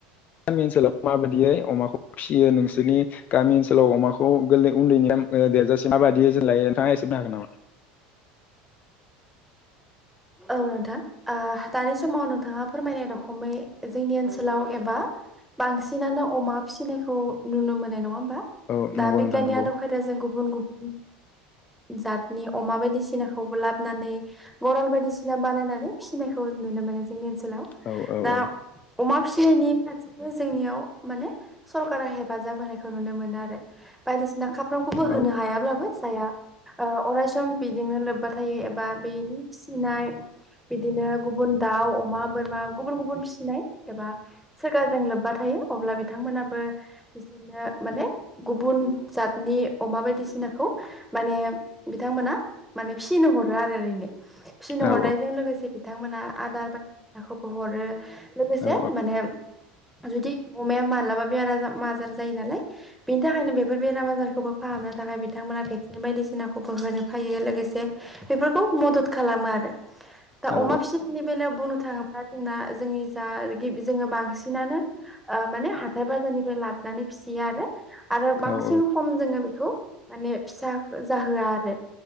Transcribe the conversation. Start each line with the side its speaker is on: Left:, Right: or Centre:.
Left: गामि ओनसोलाव माबायदियै अमाखौ फिसियो नोंसोरनि गामि ओनसोलाव अमाखौ गोरलै उन्दैनि देरजासे माबायदि जोथोन लायो नोंथाङा एसे बुंनो हागोन नामा?
Centre: <inaudible> औ नोंथां ओ दानि समाव नोंथाङा फोरमायनाय रखमै जोंनि ओनसोलाव एबा बांसिनानो अमा फिसिनायखौ नुनो मोननाय नङा बा
Left: औ नंगौ
Centre: बिगियाननि
Left: नोंथां नंगौ
Centre: आदब खायदाजों गुबुन गुबुन जातनि अमा बायदिसिनाखौबो लाबानै गराल बायदि सिना बानायनानै फिसिनायखौ नुनो मोनो जोंनि ओनसो लाव
Left: औ औ
Centre: दा
Left: औ
Centre: अमा फिसिनायनि फारसेबो जोंनियाव माने सरकारा हेफाजाब होनायखौ नुनो मोनो आरो बायदिसिना खा <unintelligible> होनो
Left: औ
Centre: हायाब्लाबो जाया अरायसम बिदिनो लोब्बा थायो ए बा बेनि फिसिनाय बिदिनो गुबुन दाउ, अमा, बोरमा गुबुन गुबुन फिसिनाय एबा सरकारजों लोब ब्बा थायो अब्ला बिथांमोनाबो बिदिनो माने गुबुन जातनि अमा बायदिसिनाखौ माने बिथांमोना माने फिसिनो हरो आरो ओरैनो फिसिनो
Left: औ
Centre: हर नायजों लोगोसे बिथांमोना आदार बायदिनाखौबो हरो लोगोसे
Left: औ
Centre: माने जुदि अमाया मालाबा बेरा आजार जायो नालाय बेनि थाखायनो बेफोर बेराम आजारखौबो फाहामो थाखाय बिथांमोना भेक्सिन बायदिसिनाखौबो होनो फायो लोगोसे बेफोरखौ मदद खालामो आरो दा
Left: औ
Centre: अमा फिसिनायनि बेलायाव बुंनो थाङोब्ला जोंना जोंनि जा जोङो बांसिनानो ओ माने हाथथाय बाजारनिफ्राय लाबोनानै फिसियो आरो आरो बांसिन
Left: औ
Centre: खम जोङो बेखौ माने फिसा जाहोआ आरो